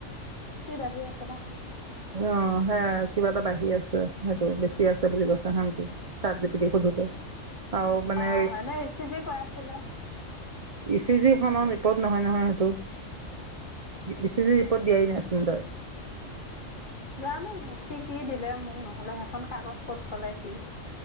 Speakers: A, on the left; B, on the right.
A: কি বাঢ়ি আছে বা!
B: অ সেয়া কিবা এটা বাঢ়ি আছে, সেইটো বেছি আছে বুলি কৈছে। চাত যি পি টিত সোধোতে। আৰু মানে
A: অ', এনেই ই চি জি কৰাইছিলে।
B: ই চি জি খনৰ ৰিপৰ্ট নহয় নহয় সেইটো। ই চি জি ৰিপৰ্ট দিয়াই নাইচোন তই।
A: জানো সি কি দিলে মোক ন'হলে, সেইখন কাগজ ক'ত থলে সি।